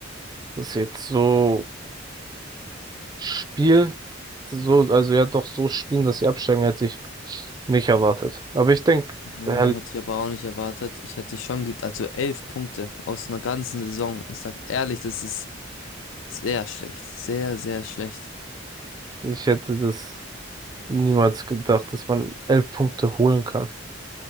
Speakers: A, on the right (about 20°); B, on the left (about 80°).
A: dass sie jetzt so spielen, so, also ja doch so spielen, dass sie absteigen, hätte ich nicht erwartet. Aber ich denke,
B: Ja,
A: <laughs>
B: hätte ich aber auch nicht erwartet. Ich hätte schon, ge- also elf Punkte aus einer ganzen Saison. Ich sag ehrlich, das ist sehr schlecht. Sehr, sehr schlecht.
A: ich hätte das niemals gedacht, dass man elf Punkte holen kann.